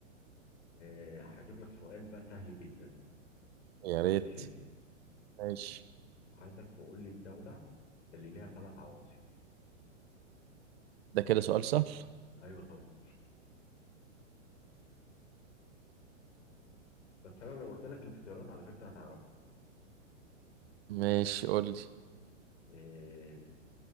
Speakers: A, on the left; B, on the right.
A: آه، هجيب لك سؤال بقى سهل جدا
B: يا ريت
A: ماشي
B: ماشي
A: عايزك تقول لي الدولة اللي ليها ثلاث عواصم
B: ده كده سؤال سهل
A: ايوه طبعا بس انا لو قلت لك الاختيارات على فكرة هتعرفها
B: ماشي قول لي
A: آه،